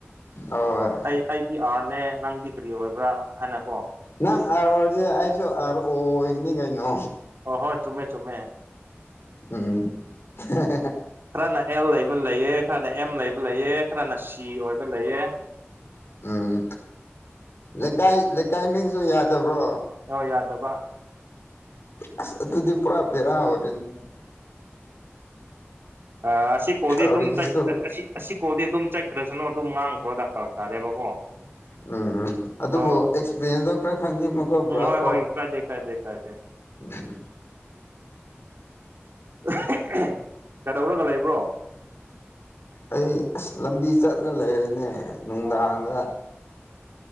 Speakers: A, on the left; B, on the right.
A: ꯍꯣꯏ
B: ꯑꯩ ꯑꯩ ꯗꯤ ꯑꯥꯔꯅꯦ ꯅꯪꯗꯤ ꯀꯔꯤ ꯑꯣꯏꯕ꯭ꯔꯥ ꯍꯥꯏꯅꯀꯣ
A: ꯅꯪ ꯑꯥꯔ ꯑꯣꯏꯔꯗꯤ ꯑꯩꯁꯨ ꯑꯥꯔ ꯑꯣ ꯑꯣꯏꯒꯅꯤ ꯀꯩꯅꯣ
B: ꯍꯣꯏ ꯍꯣꯏ ꯆꯨꯝꯃꯦ ꯆꯨꯝꯃꯦ
A: ꯎꯝ ꯍꯦꯍꯦ
B: ꯈꯔꯅ ꯑꯦꯜ ꯂꯩꯕ ꯂꯩꯌꯦ ꯈꯔꯅ ꯑꯦꯝ ꯂꯩꯕ ꯂꯩꯌꯦ ꯈꯔꯅ ꯁꯤ ꯑꯣꯏꯕ ꯂꯩꯌꯦ
A: ꯎꯝ ꯂꯩꯀꯥꯏ ꯂꯩꯀꯥꯏ ꯃꯤꯡꯁꯨ ꯌꯥꯗꯕ꯭ꯔꯣ
B: ꯌꯣ ꯌꯥꯗꯕ
A: ꯑꯁ ꯑꯗꯨꯗꯤ ꯄꯨꯔꯥ ꯕꯦꯔꯥ ꯑꯣꯏ
B: ꯎꯝ ꯑꯥ ꯁꯤ ꯀꯣꯜꯗꯤ
A: ꯇꯧꯔꯤꯁꯤꯁꯨ
B: ꯑꯗꯨꯝ ꯆꯥꯠ ꯑꯥ ꯑꯁꯤ ꯑꯁꯤ ꯀꯣꯜꯗꯤ ꯑꯗꯨꯝ ꯆꯥꯠꯈ꯭ꯔꯁꯅꯨ ꯑꯗꯨꯝ ꯉꯥꯡꯈ꯭ꯔꯣꯗ ꯐꯔꯛ ꯇꯥꯔꯦꯕꯀꯣ
A: <inaudible> ꯎꯝ ꯎꯝ ꯑꯗꯨꯕꯨ
B: ꯑꯗꯣ
A: ꯑꯦꯛꯁꯄꯤꯔꯤꯌꯦꯟꯁꯇꯣ ꯈꯔ ꯈꯪꯅꯤꯡꯕ ꯀꯣ
B: ꯎꯝ
A: ꯕ꯭ꯔꯣꯀꯣ
B: ꯍꯣꯏ ꯍꯣꯏ ꯀꯥꯏꯗꯦ ꯀꯥꯏꯗꯦ ꯀꯥꯏꯗꯦ
A: ꯎꯝ
B: ꯑꯍꯥ ꯍꯥꯝ ꯀꯩꯗꯧꯔꯒ ꯂꯩꯕ꯭ꯔꯣ
A: ꯑꯩ ꯑꯁ ꯂꯥꯝꯕꯤ ꯆꯥꯠꯂꯒ ꯂꯩꯔꯦꯅꯦ ꯅꯨꯡꯗꯥꯡꯗ
B: ꯑꯣ ꯑꯣ ꯑꯣ